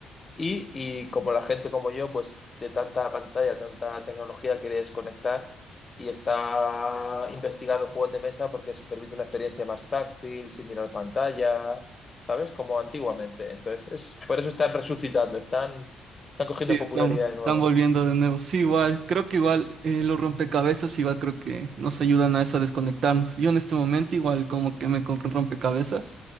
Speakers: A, on the left (about 30°); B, on the right (about 60°).
A: Y, y como la gente como yo, pues de tanta pantalla, tanta tecnología, quiere desconectar y está investigando juegos de mesa porque se permite una experiencia más táctil, sin mirar pantalla, ¿sabes? Como antiguamente. Entonces, es, por eso están resucitando, están, están cogiendo
B: Sí, están,
A: popularidad de nuevo.
B: están volviendo de nuevo. Sí, igual, creo que igual eh, los rompecabezas igual creo que nos ayudan a eso, a desconectarnos. Yo en este momento igual como que me compré un rompecabezas.